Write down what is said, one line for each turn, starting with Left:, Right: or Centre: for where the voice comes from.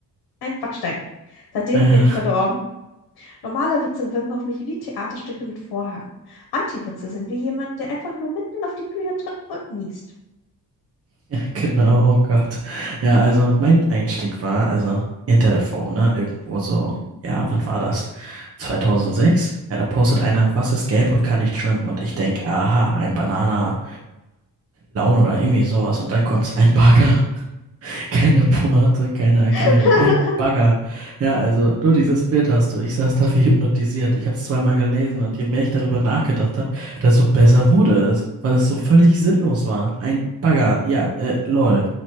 Left: ein Backstein. Seitdem
Right: Äh.
Left: bin ich verdorben. Normale Witze wirken auf mich wie Theaterstücke mit Vorhang. Anti-Witze sind wie jemand, der einfach nur mitten auf die Bühne tritt und niest.
Right: <laughs> Genau, oh Gott. Ja, also mein Einstieg war, also Internetforum, ne? Irgendwo so,
Left: Mhm.
Right: ja, wann war das? 2006? Ja, da postet einer, was ist gelb und kann nicht schwimmen? Und ich denke, aha, ein Banana-Clown oder irgendwie sowas. Und dann kommt ein Bagger. <laughs> Keine Pointe, keine Erklärung.
Left: <laughs>
Right: Ein Bagger. Ja, also nur dieses Bild hast du. Ich saß da wie hypnotisiert. Ich habe es zweimal gelesen und je mehr ich darüber nachgedacht habe, desto besser wurde es, weil es so völlig sinnlos war. Ein Bagger, ja, äh, lol.